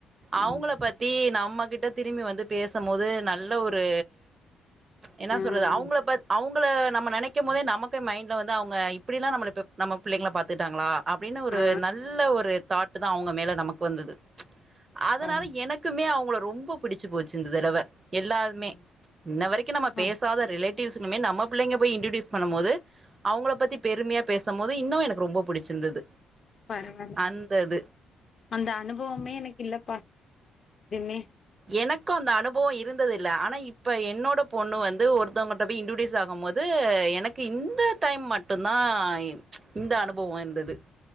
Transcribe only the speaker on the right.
அவுங்கள பத்தி நம்மகிட்ட திரும்பி வந்து பேசம்மோது நல்ல ஒரு என்ன
சொல்றது அவங்கள பத் அவுங் கள நம்ம நெனைக்கும்மோதே நமக்கே மைண்ட்ல வந்து அவுங்க இப்டிலா நம்மள ப நம்ம புள்ளைங்கள பாத்துட்டாங்ளா அப்டினு ஒரு
நல்ல ஒரு தாட்டுதா அவுங்க மேல நமக்கு வந்தது அதனால
எனக் குமே அவுங்கள ரொம்ப புடிச்சி போச்சு இந்த தடவ எல்லாமே
இன்ன வரைக்கு நம்ம
பேசாத ரிலேட் டீவ்ஸ்னுமே நம்ம புள்ளைங்க போய் இன்டர்டியூஸ் பண்ணம்மோது அவுங்கள பத்தி பெருமையா பேசம்மோது இன்னு எனக்கு ரொம்ப புடிச்சிருந்தது
அந்த இது
எனக்கு அந்த அனுபொ இருந்துது ல ஆனா இப்ப என்னோட பொண்ணு வந்து ஒருத்தவங்கட்ட போய் இன்டுடிஸ் ஆகும்போது எனக்கு இந்த டைம் மட் ட்டுன்தா இன் இந்த அனுபவோ இந்தது